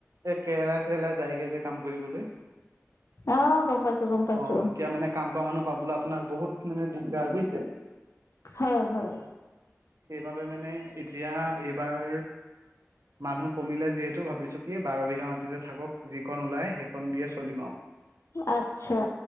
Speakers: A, on the right (about 70°); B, on the left (about 65°).
A: এই কেৰেলাই চেৰেলাই যায়গৈ যে কাম কৰিবলৈ,
B: অঁ গম পাইছোঁ গম
A: অ'
B: পাইছোঁ
A: এতিয়া মানে। কাম কৰা মানুহ পাবলৈ আপোনাৰ বহুত মানে দিগদাৰ বুজিছে।
B: হয় হয়।
A: সেইবাবে মানে এতিয়া এইবাৰ। মানুহ কমিলে যিহেতু ভাবিছো কি বাৰ বিঘা মাটিতে থাকক যিকন ওলাই সেইখন দিয়ে চলিম আৰু। <inaudible>
B: আতচ্ছা।